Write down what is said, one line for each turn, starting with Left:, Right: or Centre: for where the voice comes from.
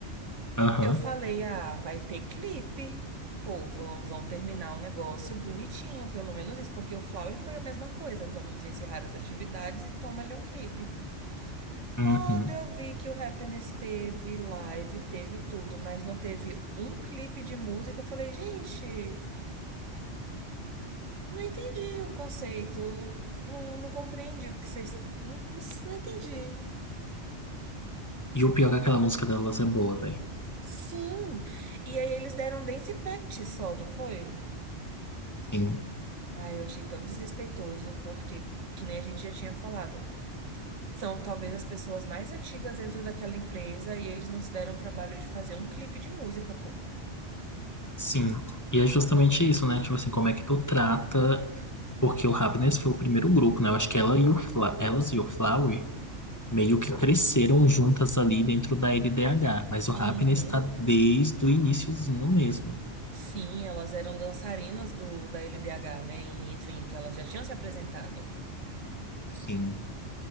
Left: Aham.
Right: Eu falei, ah, vai ter clipe. Pô, vão, vão terminar o negócio bonitinho, pelo menos isso, porque o Flower foi a mesma coisa. Vamos encerrar as atividades e toma ali um clipe. Quando
Left: Uhum.
Right: eu vi que o Happiness teve live, teve tudo, mas não teve um clipe de música, eu falei, gente. Não entendi o conceito. Não, não compreendi o que vocês. Não, não não entendi.
Left: E o pior é que aquela música delas é boa, velho.
Right: Sim. E aí eles deram um dance practice só, não foi?
Left: Sim.
Right: Ah, eu achei tão desrespeitoso, porque, que nem a gente já tinha falado, são talvez as pessoas mais antigas dentro daquela empresa e eles não se deram o trabalho de fazer um clipe de música, pô.
Left: Sim. E é justamente isso, né? Tipo assim, como é que tu trata. Porque o Happiness foi o primeiro grupo, né? Eu acho que ela e o Fla... elas e o Flower meio que cresceram juntas ali dentro da LDH. Mas o Happiness
Right: Uhum.
Left: tá desde o iniciozinho mesmo.
Right: Sim, elas eram dançarinas do da LDH, né? Em evento, elas já tinham se apresentado.
Left: sim